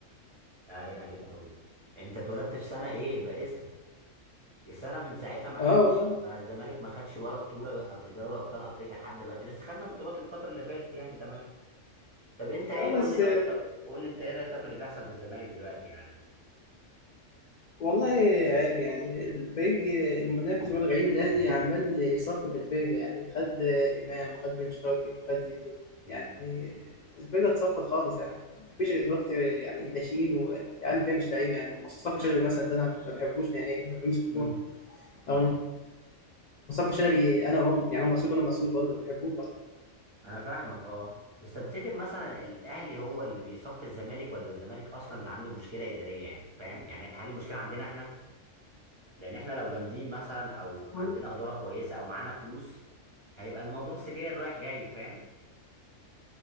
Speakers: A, on the right; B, on the left.
A: <laughs> عين عليك يا حودة أنت اتولدت في سنة إيه بائسة يا سنة من ساعتها ما حدش
B: اه والله
A: ما الزمالك ما خدش ولا بطولة في دوري أبطال أفريقيا لحد دلوقتي بس خدنا بطولات الفترة اللي فاتت يعني تمام طب أنت إيه
B: اه بس
A: قول لي رأيك طب قول لي أنت إيه رأيك طب في اللي بيحصل بالزمالك دلوقتي يعني
B: والله عيب يعني الفريق المنافس هو الغريم الأهلي عمال يصفي في الفرقة يعني خد إمام وخد بن شرقي وخد زيزو
A: امم
B: يعني الفرقة اتصفت خالص يعني مفيش غير دلوقتي يعني ناشئين والعيال فيها مش لعيبة يعني مصطفى شلبي مثلا ده أنا ما بحبوش نهائيا بيمسك الكورة
A: امم امم
B: أو مصطفى شلبي أنا وهو يعني هو مسيوط وأنا مسيوط برضه ما بحبوش
A: أنا فاهمك أه بس تفتكر مثلا الأهلي هو اللي بيصفي الزمالك ولا الزمالك أصلا اللي عنده مشكلة إدارية يعني فاهم يعني هل المشكلة عندنا إحنا؟ لأن إحنا لو جامدين مثلا أو
B: خالص.
A: عندنا إدارة كويسة أو معانا فلوس هيبقى الموضوع سجاير رايح جاي فاهم؟